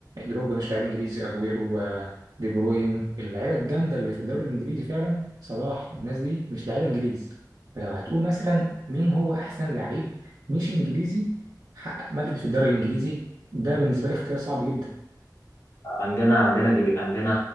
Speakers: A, on the right; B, on the left.
A: دروجبا مش لاعب انجليزي اجويرو آه، دي بروين اللعيبه الجامده اللي في الدوري الانجليزي فعلا صلاح الناس دي مش لعيبه انجليز فلو هتقول مثلا مين هو احسن لعيب مش انجليزي حقق مجد في الدوري الانجليزي ده بالنسبه لي اختيار صعب جدا
B: عندنا عندنا دي عندنا